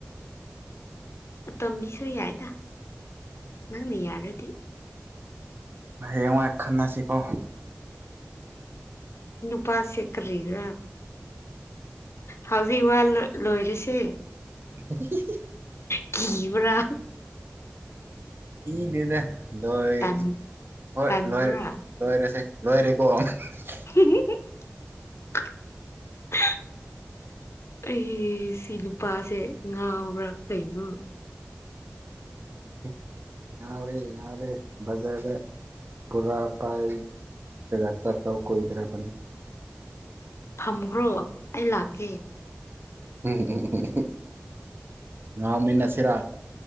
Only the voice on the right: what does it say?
ꯍꯥꯌꯦꯡꯋꯥꯢ ꯈꯠꯅꯁꯦ ꯀꯣ
<unintelligible>
ꯀꯤꯗꯦꯗ ꯂꯣꯏ
ꯍꯣꯏ
ꯂꯣꯏꯔ ꯂꯣꯏꯔꯁꯦ ꯂꯣꯢꯔꯦꯀꯣ <unintelligible>
<unintelligible> ꯉꯥꯎꯔꯦ ꯉꯥꯎꯔꯦ ꯕꯖꯥꯔꯗ ꯕꯣꯔꯥ ꯄꯥꯏ ꯖꯒꯥ ꯆꯠꯇꯧ ꯀꯨꯏ ꯗꯔꯕꯅꯤ
<unintelligible> ꯉꯥꯎꯃꯤꯟꯅ ꯁꯤꯔꯥ